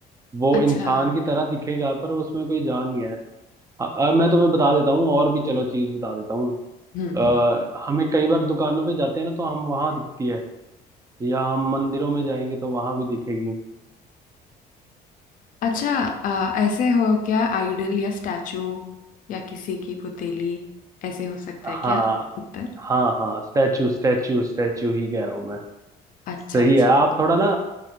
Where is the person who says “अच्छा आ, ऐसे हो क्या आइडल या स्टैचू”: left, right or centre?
Left